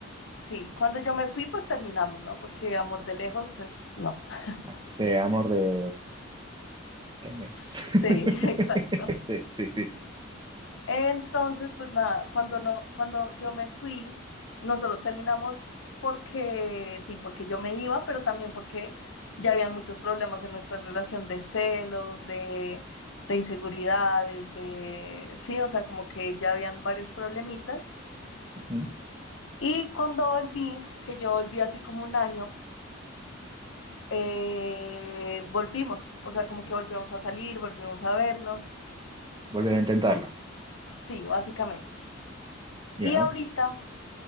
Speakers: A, on the left; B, on the right.
A: sí. Cuando yo me fui, pues terminamos, ¿no? Porque amor de lejos, pues no. <laughs>
B: Ah, Sí, amor de pendejos.
A: Sí,
B: <laughs>
A: <laughs> exacto.
B: Sí, sí, sí.
A: Entonces, pues nada, cuando no, cuando yo me fui, nosotros terminamos porque sí, porque yo me iba, pero también porque ya habían muchos problemas en nuestra relación de celos, de, de inseguridades, de sí, o sea, como que ya habían varios problemitas.
B: Ujú.
A: Y cuando volví, que yo volví hace como un año, eh, volvimos, o sea, como que volvimos a salir, volvimos a vernos,
B: Volvieron a intentarlo.
A: sí, básicamente.
B: Ya.
A: Y ahorita